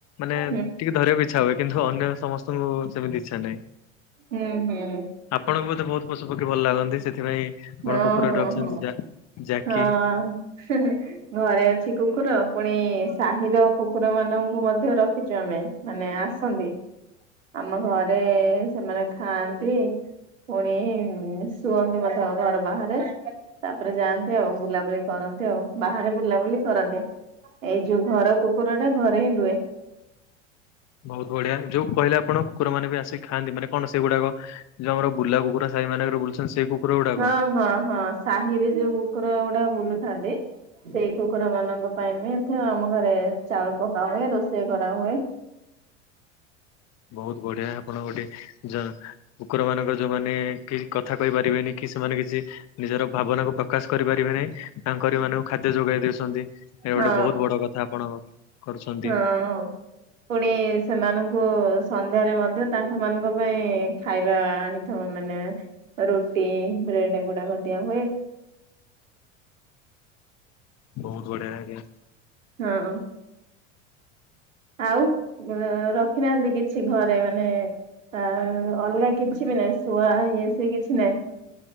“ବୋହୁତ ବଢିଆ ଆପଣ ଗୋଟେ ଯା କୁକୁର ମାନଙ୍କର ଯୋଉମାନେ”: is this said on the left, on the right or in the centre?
Left